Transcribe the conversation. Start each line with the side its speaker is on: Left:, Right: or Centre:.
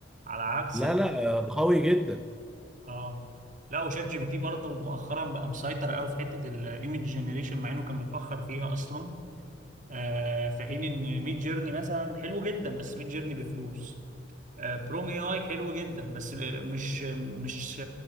Right: على عكس
Centre: لا لا آه، قوي جدا
Right: اه لا وشات جي بي تي برضه مؤخرا بقى مسيطر قوي في حتة الايمج جنريشن مع انه كان متأخر فيها اصلا آه في حين ان ميد جيرني مثلا حلو جدا بس ميد جيرني بفلوس آه، بروم اي اي حلو جدا بس مش مش